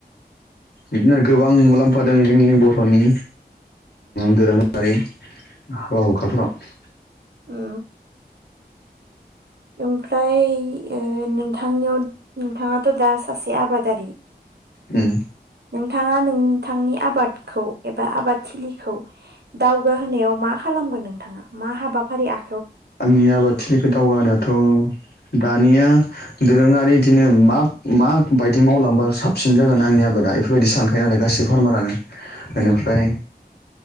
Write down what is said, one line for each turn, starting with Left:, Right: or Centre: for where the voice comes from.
Left: बिदिनो गोबां मुलाम्फा दों जोंनि बर'नि दोरोङारि। हाबा हुखाफोराव
Right: ओ। ओमफ्राय ओ नोंथांनियाव नोंथाङाथ' दा सासे। आबादारि।
Left: ओ।
Right: नोंथाङा नोंथांनि आबादखौ एबा आबाद थिलिखौ दावगाहोनायाव मा। खालामगोन नोंथाङा मा हाबाफारि आ?
Left: आंनि आबादथिलिखौ दावगानायाथ' दानिया दोरोङारि बिदिनो मा माबायदि मावलांबा साबसिन जागोन आंनि आबाद। दा बेफोरबायदि सानखायो नालाय गासिबो फारमारानो इनिफ्राय
Right: उम